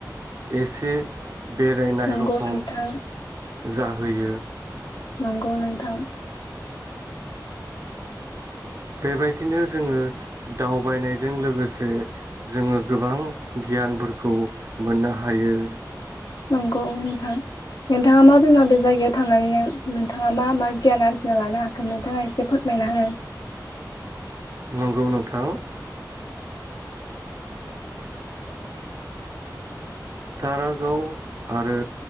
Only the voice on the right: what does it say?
एसे बेरायनाय
रखम
जा। होयो।
बेबायदिनो जोङो दावबायनायजों लोगोसे जोङो गोबां गियानफोरखौ मोननो हायो।
नंगौ नोंथां। दारागाव आरो